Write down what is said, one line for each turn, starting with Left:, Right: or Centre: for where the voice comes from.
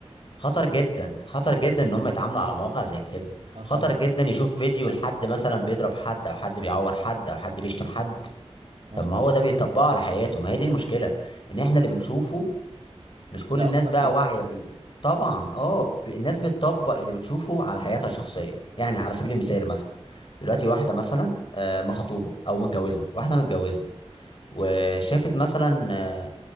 Left: خطر جدا خطر جدا ان هم يتعاملوا على مواقع زي كده
Right: اه طبعا
Left: خطر جدا يشوف فيديو لحد مثلا بيضرب حد او حد بيعور حد او حد بيشتم حد
Right: مظبوط
Left: طب ما هو ده بيطبقه على حياته ما هي دي المشكله ان احنا اللي بنشوفه مش كل
Right: يأثر
Left: الناس بقى
Right: فيه
Left: واعية بال طبعا اه ب- الناس بتطبق اللي بتشوفه على حياتها الشخصية يعني على سبيل المثال مثلا دلوقتي واحدة مثلا آه، مخطوبة أو متجوزة واحدة متجوزة وشافت مثلا آه،